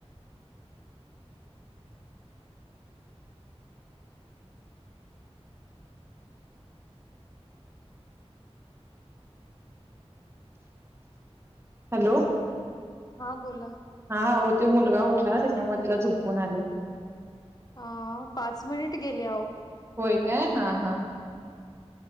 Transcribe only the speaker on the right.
हॅलो
हा तो मुलगा उठला त्याच्यामुळे त्याला झोपून आले
होय काय हा हा